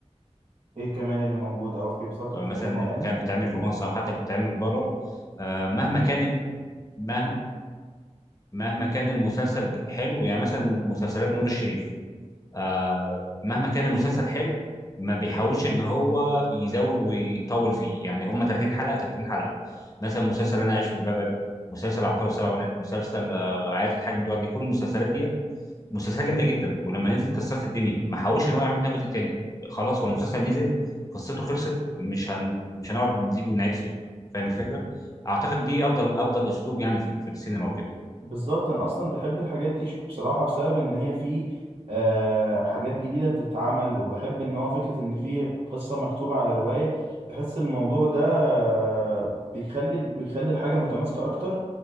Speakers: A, on the right; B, on the left.
A: ايه كمان اللي موجود او في بتفكر
B: مثلا
A: في حاجة معينة
B: اللي كان بيتعمل في مصر او حتى اللي بيتعمل بره آه مهما كان ال- مه- مهما كان المسلسل حلو يعني مثلا مسلسلات نور الشريف آه، مهما كان المسلسل حلو ما بيحاولش ان هو يزود ويطول فيه يعني هم 30 حلقه 30 حلقه مثلا مسلسل انا عايش في جلباب ابي مسلسل عطار وسبع بنات مسلسل آه، عائله الحاج متولي كل المسلسلات ديت مسلسلات جامده جدا ولما نزلت كسرت الدنيا ما حاولش ان هو يعمل منها جزء تاني خلاص هو المسلسل نزل قصته خلصت مش هن... مش هنقعد نزيد ونعيد فيه فاهم الفكره اعتقد دي افضل افضل اسلوب يعني في في السينما وكده
A: بالظبط انا اصلا بحب الحاجات دي بصراحه بسبب ان هي في آه، حاجات جديده بتتعمل وبحب ان هو فكره ان في قصه مكتوبه على روايه بحس الموضوع ده آه، بيخلي بيخلي الحاجه متماسكه اكتر